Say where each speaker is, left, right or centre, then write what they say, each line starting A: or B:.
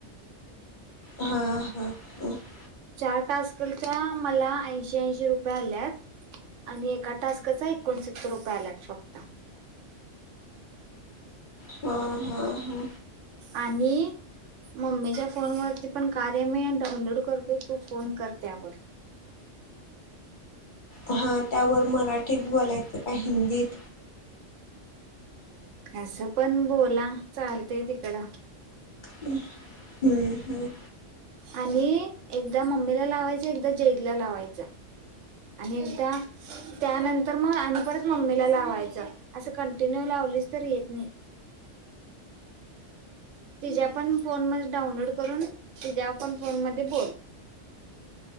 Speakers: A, on the left; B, on the right.
A: हा हा हा
B: चार टास्कच्या मला ऐंशी ऐंशी रुपये आल्यात. आणि एका टास्काचा एकोणसत्तर रुपये आल्यात फक्त.
A: हा हा हा
B: आणि मम्मीच्या फोन वरती पण कार्य मी डाउनलोड करतो. तू फोन कर त्यावर.
A: हा त्यावर मराठीत बोलायचं का हिंदीत.
B: कसं पण बोला चालतंय तिकड.
A: हम्म हम्म
B: आणि एकदा मम्मीला लावायचा. एकदा जैदला लावायचा. आणि एकदा त्यानंतर मग आणि परत मम्मीला लावायचा असं कंटिन्यू लावलीच तर येत नाही. तिच्याया पण फोन मध्ये डाऊनलोड करून तिझ्या पण फोन मध्ये बोल.